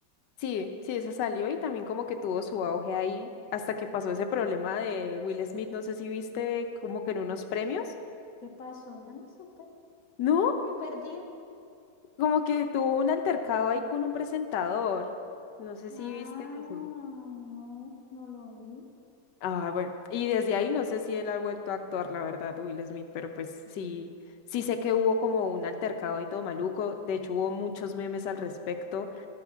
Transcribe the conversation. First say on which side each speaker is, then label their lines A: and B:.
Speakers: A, on the left (about 80°); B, on the left (about 55°).
A: Sí, sí, esa salió y también como que tuvo su auge ahí hasta que pasó ese problema de Will Smith, no sé si viste como que en unos premios,
B: ¿Qué pasó? Yo no supe.
A: ¿no?
B: Me perdí.
A: Como que tuvo un altercado ahí con un presentador, no sé
B: Ah,
A: si viste
B: no,
A: eso.
B: no lo vi.
A: Ah, bueno, y desde ahí no sé si él ha vuelto a actuar, la verdad, Will Smith, pero pues sí, sí sé que hubo como un altercado y todo maluco, de hecho hubo muchos memes al respecto